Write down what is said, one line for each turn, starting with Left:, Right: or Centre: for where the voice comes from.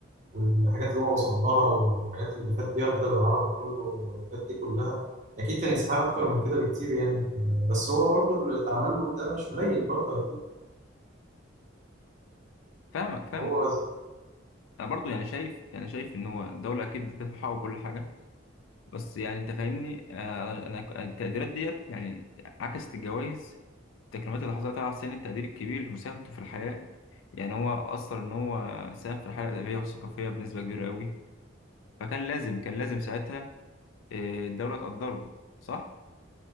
Right: والحاجات اللي هو وصل لها والحاجات اللي فات بيها الأدب العربي كله والحاجات دي كلها أكيد كان يستحق أكتر من كده بكتير يعني بس هو برضه اللي اتعمل له ده مش قليل برضه أكيد
Left: فاهمك فاهمك
Right: هو
Left: انا برضو يعني شايف يعني شايف ان هو الدوله اكيد ذات الحق وكل حاجه بس يعني انت فاهمني آه، انا انا التقديرات ديت يعني عكست الجوائز التكريمات اللي حصلت على حسين التقدير الكبير لمساهمته في الحياه يعني هو اثر ان هو ساهم في الحياه الادبيه والثقافيه بنسبه كبيره قوي فكان لازم كان لازم ساعتها آه، الدوله تقدره صح؟